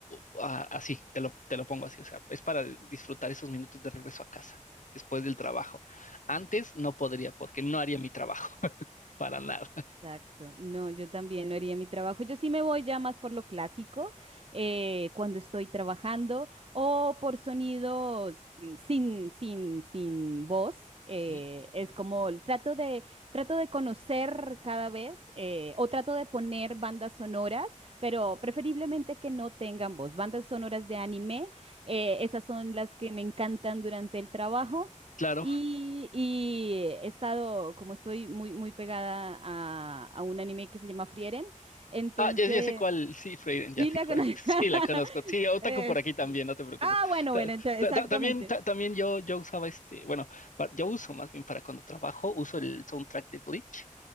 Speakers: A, on the left; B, on the right.
A: o a- así, te lo, te lo pongo así. O sea, es para disfrutar esos minutos de regreso a casa, después del trabajo. Antes no podría porque no haría mi trabajo, <laughs> para nada.
B: Exacto, no, yo también no haría mi trabajo. Yo sí me voy ya más por lo clásico, eh, cuando estoy trabajando o por sonidos mm, sin, sin, sin voz. eh,
A: Ujú.
B: es como el- trato de, trato de conocer cada vez eh, o trato de poner bandas sonoras, pero preferiblemente que no tengan voz. Bandas sonoras de anime, eh, esas son las que me encantan durante el trabajo.
A: Claro.
B: Y, y he estado, como estoy muy, muy pegada a, a un anime que se llama Frieren, entonces
A: Ah, ya, ya sé cuál, sí, Freiden, ya
B: sí
A: sé
B: la
A: cuál,
B: conozco.
A: <laughs> sí,
B: <laughs>
A: la conozco, sí, Otaku
B: Es-
A: por aquí también, no te preocupes.
B: Ah, bueno,
A: Ta-
B: bueno, ento-
A: ta-
B: exactamente.
A: ta- también ta- también yo, yo usaba este, bueno, pa- yo uso más bien para cuando trabajo, uso el soundtrack de Bleach.